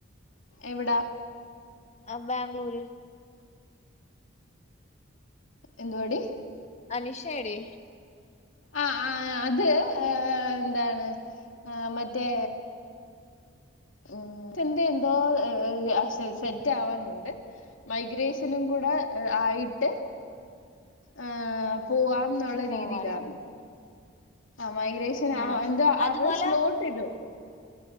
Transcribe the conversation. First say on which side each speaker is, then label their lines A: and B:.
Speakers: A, on the left; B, on the left.
A: എവിടാ?
B: അ ബാംഗ്ലൂര്.
A: എന്തുവാടി.
B: അനിഷേടി.
A: അ ആഹ് അത് ഏ ന്താണ് ആ മറ്റേ. ഉം റ്റെന്റെന്തോ എ എ അ സെ സെറ്റാവാനുണ്ട്. മൈഗ്രേശനും കൂടെ അ് ആയിട്ട് ആ. പോവാംന്നുള്ള
B: പോവാന്നോ
A: രീതിയിലാന്ന് ആ മൈഗ്രേഷൻ
B: ആണോ
A: ആ എന്തോ
B: അതുപോലെ
A: അവടെ സ്ലോ ചെയ്തു.